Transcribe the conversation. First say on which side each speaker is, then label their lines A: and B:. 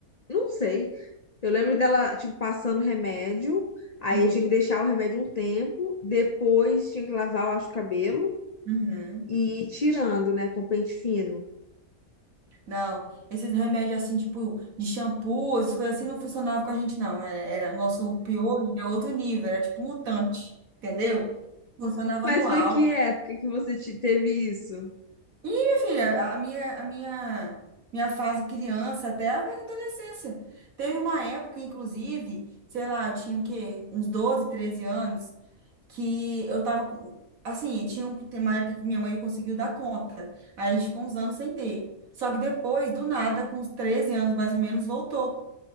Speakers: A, on the left; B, on the right.
A: não sei. Eu lembro dela, tipo, passando remédio, aí
B: uhum,
A: eu tinha que deixar o remédio um tempo, depois tinha que lavar, eu acho, o cabelo
B: uhum.
A: e ir tirando, né, com pente fino.
B: Não, esses remédios assim, tipo, de shampoo, essas coisas assim, não funcionavam com a gente, não. É- Era, nosso piolho, era outro nível, era tipo mutante, entendeu? Funcionava
A: Mas
B: no
A: foi
B: álcool.
A: que época que você te- teve isso?
B: E, minha filha, a minha, a minha, minha fase criança até a fase adolescência. Teve uma época, inclusive, sei lá, eu tinha o quê? Uns 12 13 anos, que eu tava com. Assim, tinha um- tem uma época que minha mãe conseguiu dar conta. Aí a gente ficou uns anos sem ter. Só que depois, do nada, com uns 13 anos mais ou menos, voltou.